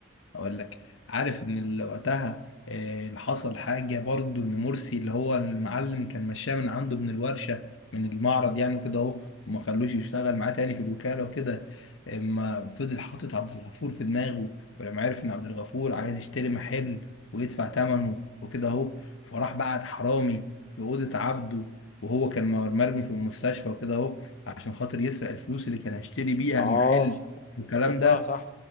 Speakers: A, on the left; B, on the left.
A: اقول لك عارف ان اللي وقتها آه، اللي حصل حاجه برضو ان مرسي اللي هو المعلم كان مشاه من عنده من الورشه من المعرض يعني وكده اهو وما خلوش يشتغل معاه تاني في الوكاله وكده اما فضل حاطط عبد الغفور في دماغه ولما عرف ان عبد الغفور عايز يشتري محل ويدفع ثمنه وكده اهو فراح بعت حرامي لاوضه عبده وهو كان مرمي في المستشفى وكده اهو عشان خاطر يسرق الفلوس اللي كان هيشتري بيها
B: اه
A: المحل والكلام
B: افتكرتها
A: ده
B: صح